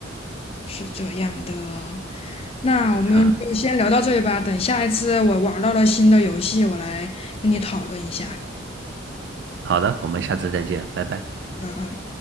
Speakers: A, on the left; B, on the right.
A: 是这样的。那我们就先聊到这里吧，
B: <laughs> 哈，
A: 等下一次我玩到了新的游戏，我来跟你讨论一下。
B: 好的，我们下次再见，拜拜。
A: 好的啊。